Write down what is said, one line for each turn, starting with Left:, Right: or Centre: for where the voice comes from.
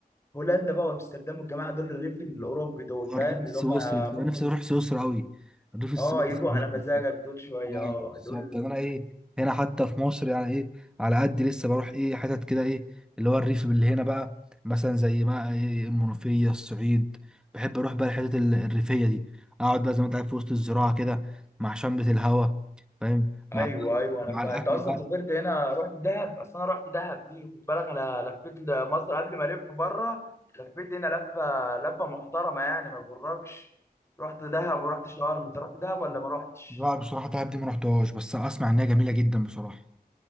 Left: هولندا بقى وامستردام والجماعه دول الريف الاوروبي دول
Centre: الريف
Left: فاهم اللي
Centre: السويسري
Left: هم
Centre: كده.
Left: ممكن
Centre: انا نفسي اروح سويسرا قوي الريف السويسري
Left: اه يجوا
Centre: بقى.
Left: على مزاجك دول شويه
Centre: ايوه
Left: اه
Centre: بالظبط
Left: دول
Centre: انا ايه هنا حتى في مصر يعني ايه على قد لسه بروح ايه حتت كده ايه اللي هو الريف اللي هنا بقى مثلا زي ما ايه المنوفيه الصعيد بحب اروح بقى الحتت ال- الريفيه دي اقعد بقى زي ما انت عارف في وسط الزراعه كده مع شمة الهوا فاهم
Left: ايوه
Centre: مع
Left: ايوه انا
Centre: مع
Left: فاهم
Centre: الاكل
Left: انت اصلا
Centre: بقى
Left: سافرت هنا رحت دهب اصل انا رحت دهب دي خد بالك انا لفيت مصر قبل ما الف بره لفيت هنا لفه لفه محترمه يعني ما يغركش رحت دهب ورحت شرم انت رحت دهب ولا ما رحتش
Centre: بقى بصراحه دهب دي ما رحتهاش بس اسمع ان هي جميله جدا بصراحه